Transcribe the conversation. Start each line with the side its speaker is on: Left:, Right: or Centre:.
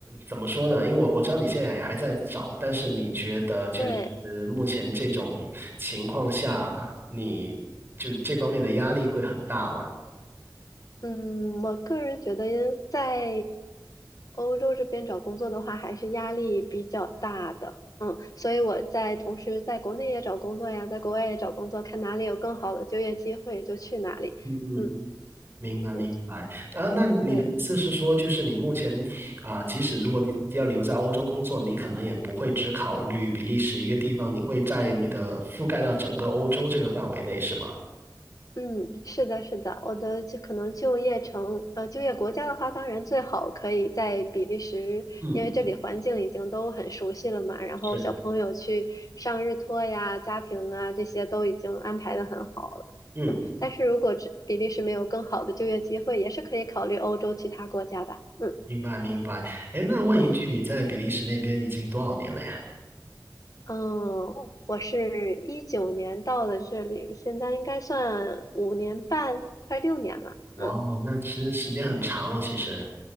Right: 怎么说呢？因为我我知道你现在也还在找，但是你觉得就是目前这种情况下，
Left: 对。
Right: 你就这方面的压力会很大吗？
Left: 嗯，我个人觉得在欧洲这边找工作的话，还是压力比较大的。嗯，所以我在同时在国内也找工作呀，在国外也找工作，看哪里有更好的就业机会就去哪里。
Right: 嗯嗯，
Left: 嗯
Right: 明白明白。
Left: 嗯，
Right: 啊，那你的意思是说，
Left: 对。
Right: 就是你目前啊、即使如果你要留在欧洲工作，你可能也不会只考虑比利时一个地方，你会在你的覆盖到整个欧洲这个范围内，是吗？
Left: 嗯，是的，是的，我的就可能就业城，呃，就业国家的话，当然最好可以在比利时，
Right: 嗯，
Left: 因为这里环境已经都很熟悉了嘛，然后小朋友去上日托呀、
Right: 是。
Left: 家庭啊这些都已经安排的很好了。
Right: 嗯，
Left: 嗯，但是如果只比利时没有更好的就业机会，也是可以考虑欧洲其他国家吧。嗯
Right: 明白明白。哎，那问一句，
Left: 嗯
Right: 你在比利时那边已经多少年了呀？
Left: 嗯，我是一九年到的这里，现在应该算五年半，快六年了。
Right: 哇哦，
Left: 嗯。
Right: 那其实时间很长哦，其实。